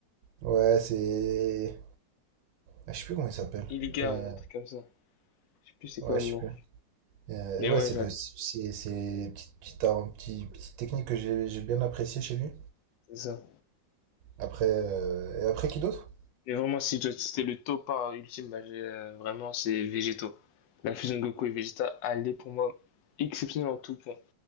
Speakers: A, on the right; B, on the left.
A: Ouais, c'est. Ah, je sais plus comment il s'appelle.
B: Illigan,
A: Euh,
B: un truc comme ça. Je sais plus c'est
A: Ouais,
B: quoi le
A: je
B: nom.
A: sais plus. Euh,
B: Mais
A: ouais,
B: ouais,
A: c'est
B: j'allais,
A: le- c'est
B: c'est
A: c'est petite, petite, un petit, petite technique que j'ai j'ai bien appréciée chez lui.
B: c'est ça.
A: Après, euh, et après qui d'autre?
B: Et vraiment, si je dois citer le top un ultime, bah, j'ai, euh, vraiment, c'est Végéto. La fusion de Goku et Vegeta, elle est pour moi exceptionnelle en tout point.